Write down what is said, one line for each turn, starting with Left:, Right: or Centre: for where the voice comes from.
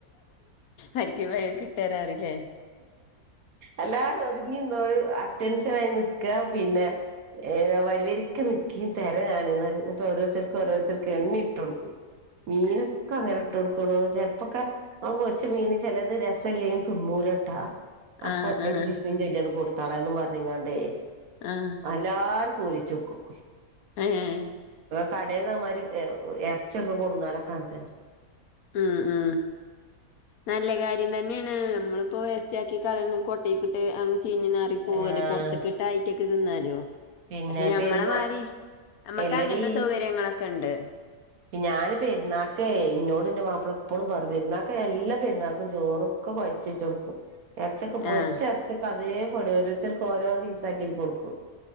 Left: ആര്ക്കും കിട്ടാനറില്ലേ
Right: അല്ലാരും ഒതുങ്ങിന്നോളി അറ്റൻഷനായി നിക്ക പിന്നെ ഏ വരിവരിക്ക് നിക്കിം തര ഞാന് ന്നറിം ന്ന്ട്ട് ഓരോരുത്തർക്ക് ഓരോരുത്തർക്ക് എണ്ണി ഇട്ടൊടുക്കും മീനൊക്കെ അങ്ങനെ ഇട്ടടുക്ക്ണോ ചെൽപ്പൊക്കെ പൊര്ച്ച മീന് ചെലത് രസം ഇല്ലെല് തിന്നൂലട്ടാ അപ്പൊറ്റയ്ക്ക്
Left: ആഹ് ആഹ്
Right: ബിസ്മിം ചൊല്ലിആണ്ട് കൊടുത്താളെന്ന് പറഞ്ങ്ങാണ്ടേ
Left: ആഹ്
Right: അല്ലാ ഓരിചൊട്ക്കും
Left: ഏഹ്
Right: കടെന്നമാരി എർച്യോക്കെ കൊട്ന്നാലൊക്കെ അങ്ങതന്നെ
Left: ഉം ഉ നല്ല കാര്യം തന്നെണ് നമ്മളിപ്പോ വേസ്റ്റാക്കി കളിണത് കൊട്ടീക്കിട്ട് അ ചീഞ് നാറി പോകല്ലേ
Right: ആഹ്
Left: പൊർത്ത്ക് ട്ടാ അയ്റ്റക്ക് തിന്നാലോ
Right: പിന്നെ
Left: പക്ഷെ ഞമ്മളെ
Right: പെരുന്നാ
Left: മാരി ഞമ്മക്ക്
Right: എല്ലടീ
Left: അങ്ങൻത്തെ സൗകര്യങ്ങളൊക്കെണ്ട്
Right: ഞാന് പെര്ന്നാക്കെ ഇന്നോട് ന്റെ മാപ്പള എപ്പൊളും പറിം പെര്ന്നാക്കെ എല്ലാ പെരുന്നാക്കും ചോറൊക്കെ കൊഴച് ട്ടൊട്ക്കും എർച്യോക്കോ പൊര്ച്ച
Left: ആഹ്.
Right: എർചിക്കെ അതേ പടി ഓരുത്തർക്ക് ഓരോ പീസാക്കിട്ട് കൊടുക്കും